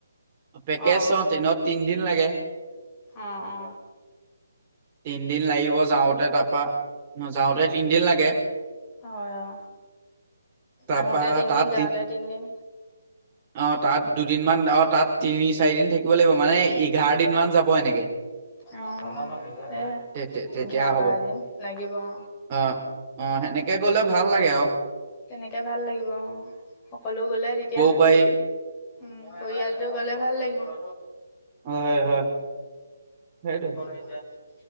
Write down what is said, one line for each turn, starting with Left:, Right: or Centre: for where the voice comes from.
Right: পেকেচত
Left: অ',
Right: এনেও তিনিদিন লাগে।
Left: অ অ।
Right: তিনদিন লাগিব যাওঁতে তাৰপা, যাওঁতে তিনদিন লাগে।
Left: হয় অ,
Right: তাৰপা
Left: আহোতে তিনদিন
Right: তাত
Left: যাওঁতে তিনদিন।
Right: অ তাত দুদিনমান, অ তাত তিনি চাৰিদিন থাকিব লাগিব মানে এঘাৰ দিন মান যাব এনেকে।
Left: অ এই
Right: তে তে- তেতিয়া
Left: এঘাৰ
Right: হ'ব
Left: বাৰদিন লাগিব অ।
Right: অ অ সেনেকে গ'লে ভাল লাগে আৰু।
Left: তেনেকৈ ভাল লাগিব অ। সকলো গ'লে তেতিয়া
Right: উপায়
Left: উম পৰিয়ালটো গ'লে ভাল লাগিব। <unintelligible>
Right: হয় হয় সেইটো
Left: <unintelligible>